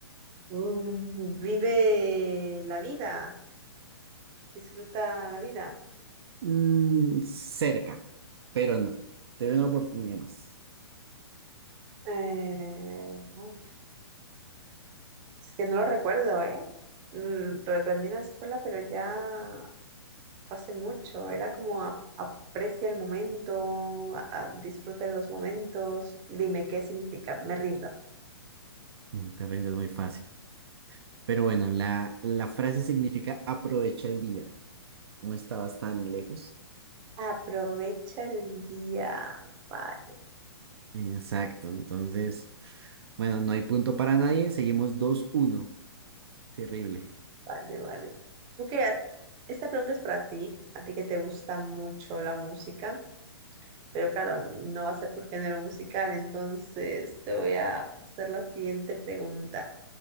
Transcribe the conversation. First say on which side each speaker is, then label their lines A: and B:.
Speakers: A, on the right; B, on the right.
A: mm, vive la vida, disfruta la vida.
B: Mm, cerca, pero no. Te doy una oportunidad más.
A: Eh, uf, es que no lo recuerdo, ¿eh? Mm, Lo aprendí en la escuela, pero ya fue hace mucho. Era como a- aprecia el momento, a- a- disfruta de los momentos. Dime qué significa, me rindo.
B: No te rindes muy fácil. Pero bueno, la, la frase significa aprovecha el día. No estabas tan lejos.
A: Aprovecha el día, vale.
B: Exacto. Entonces, bueno, no hay punto para nadie. Seguimos dos uno Terrible.
A: Vale, vale. Tú que a- esta pregunta es para ti, a ti que te gusta mucho la música, pero claro, no va a ser tu género musical, entonces te voy a hacer la siguiente pregunta.